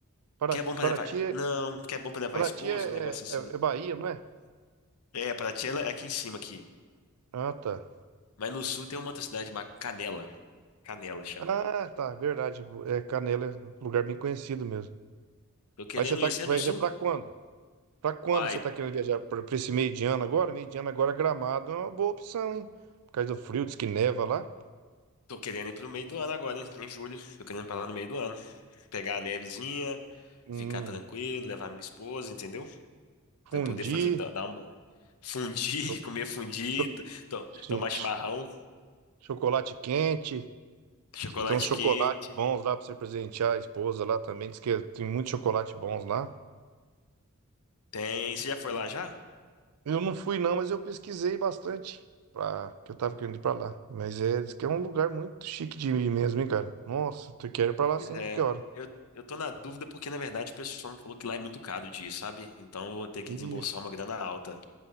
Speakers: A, on the right; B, on the left.
A: Para,
B: que é bom pra
A: Paraty,
B: levar.
A: é-
B: Não, que é bom pra levar
A: Paraty
B: a esposa,
A: é,
B: um negócio
A: é,
B: assim.
A: é é Bahia, não é?
B: É, Paraty ela é aqui em cima aqui.
A: Ah, tá.
B: Mas no sul tem uma outra cidade, ba- Canela. Canela chama.
A: Ah, tá, verdade. É, Canela é um lugar bem conhecido mesmo.
B: Tô querendo
A: Mas você tá,
B: ir. Você é
A: vai
B: do sul?
A: viajar para quando? Para quando
B: Uai,
A: você tá querendo viajar? para esse meio de ano agora? Meio de ano agora, Gramado é uma boa opção, hein? Por causa do frio, diz que neva lá.
B: tô querendo ir pro meio do ano agora, hein? Em julho. Tô querendo ir pra lá no meio do ano. Pegar a nevezinha,
A: Hum,
B: ficar tranquilo, levar minha esposa, entendeu?
A: fundi,
B: Pra poder fazer, dar dar uma. Fundir,
A: cho-
B: <laughs> comer fundido,
A: cho- sim,
B: tomar
A: ch-
B: chimarrão,
A: chocolate quente.
B: chocolate
A: Diz que tem uns chocolates
B: quente.
A: bons lá para você presentear a esposa lá também. Diz que tem muitos chocolates bons lá.
B: Tem. Você já foi lá já?
A: Eu não fui não, mas eu pesquisei bastante para que eu tava querendo ir para lá. Mas é, diz que é um lugar muito chique de ir mesmo, hein, cara. Nossa, tu quer ir para lá
B: Pois
A: sim,
B: é,
A: qualquer hora.
B: eu, eu tô na dúvida porque, na verdade, o pessoal me falou que lá é muito caro de ir, sabe? Então eu vou ter que
A: Isso,
B: desembolsar uma grana alta.